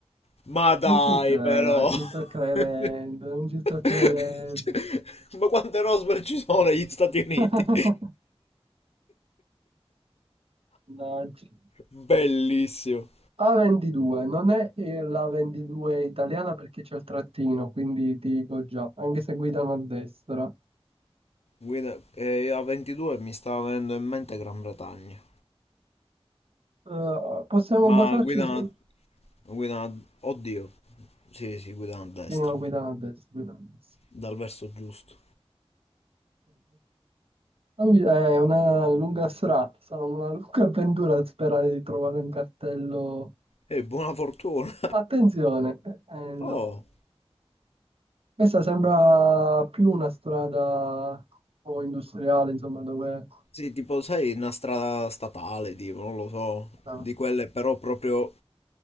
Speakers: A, on the left; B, on the right.
A: Ma dai,
B: Non ci credo,
A: però.
B: non ci sto credendo,
A: <laughs>
B: non ci sto credendo.
A: Cioè, ma quante Roswell ci sono negli Stati Uniti?
B: <laughs> Mannaggia.
A: <laughs> Bellissimo.
B: A22, non è eh, la 22 italiana perché c'è il trattino, quindi ti dico già, anche se guidano a destra.
A: Guida, eh, a 22 mi sta venendo in mente Gran Bretagna.
B: Eh, possiamo
A: Ma
B: basarci
A: guida,
B: su...
A: guida, oddio. Sì, sì, guida a destra.
B: Sì, no, guidano a destra, guidano a destra.
A: Dal verso giusto.
B: È una lunga strada, sarà una lunga avventura sperare di trovare un cartello.
A: E eh, buona fortuna.
B: Attenzione, eh, eh, no.
A: Oh.
B: Questa sembra più una strada un po' industriale, insomma, dove...
A: Sì, tipo, sai, una strada statale, tipo, non lo so,
B: Ah,
A: di quelle però proprio...